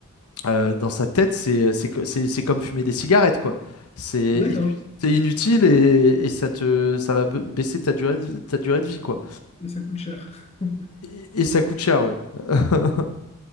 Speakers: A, on the left; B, on the left.
A: euh, dans sa tête, c'est, c'est, co- c'est, c'est comme fumer des cigarettes, quoi. C'est
B: D'accord.
A: inu- c'est inutile et, et ça te, ça va ba- baisser ta durée de, ta durée de vie, quoi.
B: Et et ça coûte cher. <laughs>
A: Et, et ça coûte cher, ouais. <laughs>